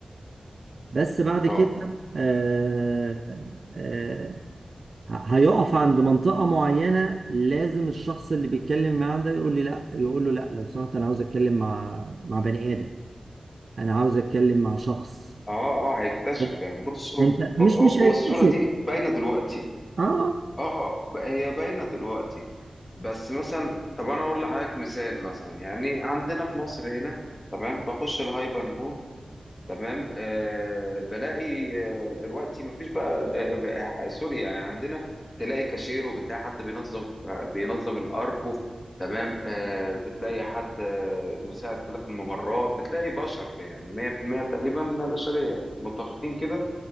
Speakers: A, on the right; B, on the left.
A: بس بعد
B: اه
A: كده آه آه ه- هيقف عند منطقة معينة لازم الشخص اللي بيتكلم معاه ده يقول لي لا يقول له لا لو سمحت انا عاوز اتكلم مع مع بني آدم انا عاوز اتكلم مع شخص
B: اه اه هيكتشف
A: لأ،
B: يعني بصوا
A: انت مش
B: هو هو-
A: مش هيكتسب
B: هو الصورة دي باينة دلوقتي
A: اه
B: اه ب- هي باينة دلوقتي بس مثلا طب انا اقول لحضرتك مثال مثلا يعني عندنا في مصر هنا تمام بخش الهايبر مول تمام آه بلاقي آه دلوقتي مفيش بقى آه بقى- سوري يعني عندنا تلاقي كاشير وبتلاقي حد بينظم بينظم الارفف تمام آه بتلاقي حد آه، مساعد كده في الممرات بتلاقي بشر يعني 100% تقريبا بشرية متفقين كده